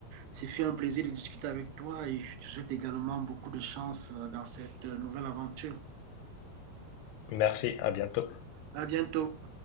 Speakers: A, on the right (about 80°); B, on the left (about 85°).
A: c'est fait un plaisir de discuter avec toi et je te souhaite également beaucoup de chance euh, dans cette euh, nouvelle aventure.
B: Merci, à bientôt.
A: À bientôt.